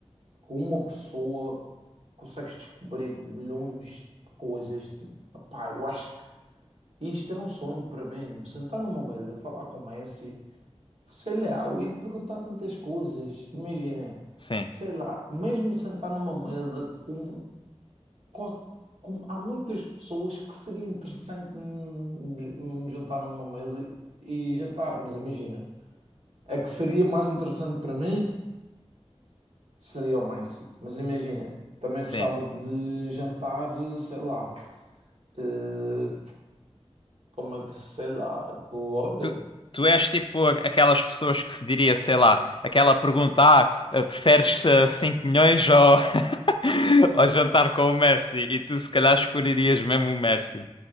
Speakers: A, on the right (about 70°); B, on the left (about 50°).
A: com uma pessoa consegues descobrir milhões de coisas. Tipo, pá, eu acho que isto era um sonho para mim. Me sentar numa mesa, falar com o Messi, sei lá, o ir perguntar tantas coisas, imagina,
B: Sim,
A: sei lá, mesmo sentar numa mesa com, qual- com- há muitas pessoas que seria interessante me, me juntar numa mesa e jantar, mas imagina, a que seria mais interessante para mim seria o Messi, mas imagina, também
B: sim.
A: gostava de jantar, sei lá, eh, como é que, sei lá, com- olha,
B: Tu, tu és tipo a- aquelas pessoas que se diria, sei lá, aquela pergunta: ah, eh, preferes eh, 5 milhões ou, <laughs> ou jantar com o Messi? E tu se calhar escolherias mesmo o Messi.